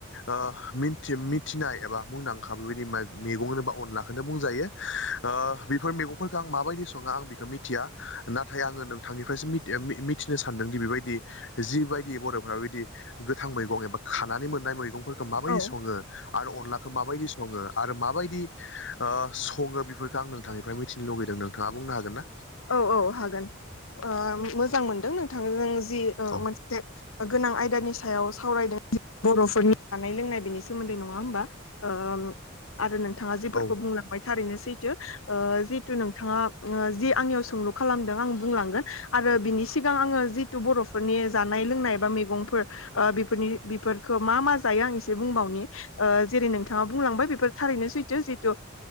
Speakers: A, on the left; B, on the left.
A: ओ मोनति मिथि फिनाय एबा मुंदांखा बेबायदि मै मैगं होनोबा अनलाखौनो बुंजायो बेफोर मैगं खौ आं माबायदि सङो आं बेखौ मिथिया नाथाय आङो नोंथांनिफ्रायसो मिथिनो सान्दों दि बेबायदि जिबायदि बर'फ्रा बिदि गोथां मैगं एबा खानानै मोननाय मैगंफोरखौ माबायदि
B: औ
A: सङो आरो अनलाखौ माबायदि सङो आरो माबायदि ओ सङो बेफोरखो आं नोंथांनिफ्राय मिथिनो लुगैदों नोंथाङा बुंनो हागोन ना?
B: औ औ हागोन, ओ मोजां मोनदों नोंथांजों जि ओ
A: औ
B: मोनसे गोनां आयदानि सायाव सावरायदों बर'फोरनि जानाय लोंनाय बेनि सोमोन्दै नङा होमबा? ओम आरो नों थाङा जेफोरखौ
A: औ
B: बुंलांबाय थारैनो सैथो ओ जिहेथु नोंथाङा ओ जि आंनियाव सोंलु खालामदों आं बुंलांगोन आरो बिनि सिगां आङो जिथु बर'फोरनि जानाय लोंनाय बा मैगंफोर ओ बिफोरनि बिफोरखौ मा मा जायो आं इसे बुंबावनि जेरै नोंथांआ बुलां बेफोर थारैनो सैथो जिहेथु